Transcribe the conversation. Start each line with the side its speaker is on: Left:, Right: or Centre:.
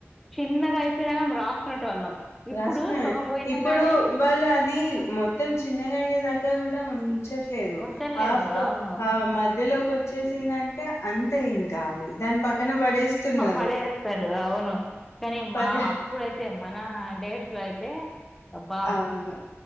Centre: చిన్నగా అయిపోయిన రాసుకునేటోళ్ళం. ఇప్పుడు
Left: రాసుకునే
Centre: సగం పోయినా
Left: ఇప్పుడు
Centre: గానీ
Left: వాళ్ళు అది
Centre: హ్మ్,
Left: మొత్తం చిన్నగా అయ్యేదాకా కూడా హ్ ఉంచట్లేదు
Centre: ఉంటల్లేదు.
Left: ఆఫ్ గా
Centre: అవును.
Left: ఆ మధ్యలో కు వచ్చేసిందంటే అంతే ఇంకా అది దాని పక్కన పడేస్తున్నారు
Centre: పడేస్తరు అవును కానీ
Left: పక్క
Centre: మా అప్పుడైతే మ డేసులో అయితే అబ్బా!
Left: అవును